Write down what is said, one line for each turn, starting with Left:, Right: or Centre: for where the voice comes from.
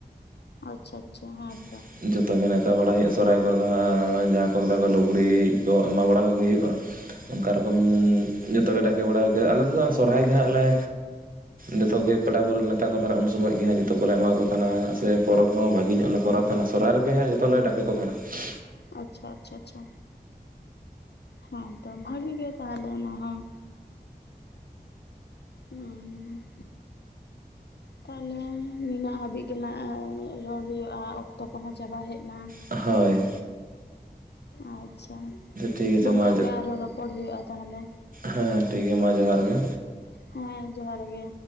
Left: ᱟᱪᱷᱟ ᱟᱪᱷᱟ ᱦᱮᱸ,
Right: <inaudible> ᱡᱚᱛᱚ ᱜᱮ ᱱᱮᱣᱛᱟ ᱵᱟᱲᱟ ᱦᱳᱭᱳᱜᱼᱟ ᱥᱚᱨᱟᱟᱭ ᱠᱚᱨᱮ ᱫᱚ ᱦᱟᱸᱜ ᱡᱟᱦᱟᱸ ᱠᱚ ᱢᱮᱛᱟ ᱠᱚᱣᱟ ᱞᱩᱜᱽᱲᱤᱡ ᱠᱚ ᱮᱢᱟ ᱵᱟᱲᱟ ᱠᱚᱜᱮ ᱦᱳᱭᱳᱜᱼᱟ ᱚᱝᱠᱟ ᱨᱚᱠᱚᱢ ᱡᱚᱛᱚ ᱜᱮ ᱰᱟᱠᱮ ᱵᱟᱲᱟᱭ ᱜᱮ ᱟᱞᱮ ᱛᱮ ᱫᱚ ᱥᱚᱨᱦᱟᱭ ᱜᱮᱦᱟᱸᱜ ᱞᱮ, ᱡᱚᱛᱚ ᱜᱮ ᱯᱮᱲᱟ ᱯᱟᱹᱲᱦᱟᱹ ᱠᱚᱹ ᱱᱮᱣᱛᱟ ᱠᱚ ᱛᱟᱦᱮᱱᱟ ᱩᱱ ᱥᱩᱢᱟᱹᱜ ᱜᱮ ᱦᱟᱸᱜ ᱡ ᱡᱚᱛᱚ ᱠᱚᱞᱮ ᱮᱢᱟ ᱠᱚ ᱛᱟᱦᱮᱱᱟ ᱥᱮ ᱯᱚᱨᱚᱵᱽ ᱦᱚᱸ ᱵᱷᱟᱹᱜᱮ ᱧᱚᱜ ᱞᱮ ᱠᱚᱨᱟᱣ ᱛᱟᱦᱮᱱᱟ ᱥᱚᱨᱦᱟᱭ ᱨᱮ ᱜᱮ ᱦᱟᱸᱜ ᱡᱚᱛᱚ ᱞᱮ ᱰᱟᱠᱮ ᱠᱚ ᱛᱟᱦᱮᱱᱟ ᱾
Left: ᱟᱪᱪᱷᱟ ᱟᱪᱪᱷᱟ ᱟᱪᱪᱷᱟ, ᱦᱮᱸ ᱛᱚ ᱵᱷᱟᱜᱤ ᱜᱮ ᱛᱟᱦᱞᱮ ᱚᱱᱟ ᱦᱚᱸ, ᱩᱸᱻ ᱛᱟᱦᱞᱮ ᱱᱤᱱᱟᱹᱜ ᱦᱟᱹᱵᱤᱡ ᱜᱮ ᱱᱟ ᱨᱚᱲ ᱦᱳᱭᱳᱜᱼᱟ, ᱚᱠᱛᱚ ᱠᱚᱦᱚᱸ ᱪᱟᱵᱟ ᱦᱮᱜᱱᱟ᱾
Right: ᱦᱳᱭ᱾
Left: ᱟᱪᱪᱷᱟ
Right: ᱴᱷᱤᱠ ᱟᱪᱷᱮ
Left: ᱱᱚᱝᱠᱟ
Right: ᱢᱟ
Left: ᱜᱮ ᱟᱨᱦᱚᱸ ᱨᱚᱯᱚᱲ ᱦᱳᱭᱳᱜᱼᱟ ᱛᱟᱦᱚᱞᱮ᱾
Right: ᱦᱮᱸ ᱴᱷᱤᱠ ᱜᱮ ᱢᱟ ᱡᱚᱦᱟᱨ ᱜᱮ᱾
Left: ᱦᱮᱸ ᱡᱚᱦᱟᱨ ᱜᱮ᱾